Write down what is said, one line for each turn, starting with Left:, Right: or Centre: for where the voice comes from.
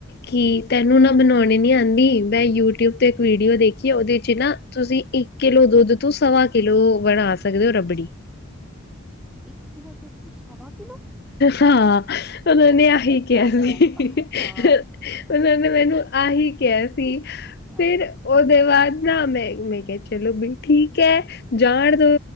Left: ਕਿ ਤਿੰਨੋ ਨਾ ਬਣਾਉਣੇ ਆਂਦੀ ਮੈਂ ਯੂਟਿਊਬ ਤੇ ਇੱਕ ਵੀਡੀਓ ਦੇਖੀ ਉਹਦੇ ਚ ਨਾ ਤੁਸੀਂ ਇੱਕ ਕਿਲੋ ਦੁੱਧ ਤੂੰ ਸਵਾ ਕਿਲੋ ਬਣਾ ਸਕਦੇ ਹੋ ਰਬੜੀ?
Centre: ਇੱਕ ਕੀ ਨਾ ਸਵਾ ਕਿਲੋ?
Left: ਹਾਂ, ਉਹਨਾਂ ਨੇ
Centre: ਇਹ
Left: ਆਹੀ
Centre: ਕਿਵੇਂ
Left: ਕਿਹਾ
Centre: ਆ
Left: ਸੀ
Centre: ਗਿਆ
Left: ਉਹਨਾਂ
Centre: ਹਾਂ
Left: ਨੇ ਮੈਨੂੰ ਆਹੀ ਕਿਹਾ ਸੀ,
Centre: ਹਾਂ
Left: ਫਿਰ ਉਹਦੇ ਬਾਅਦ ਨਾ ਮੈਂ, ਮੈਂ ਕਿਹਾ ਚਲੋ ਬੀ ਠੀਕ ਹੈ ਜਾਣ
Centre: ਹਾਂਜੀ।
Left: ਦੋ।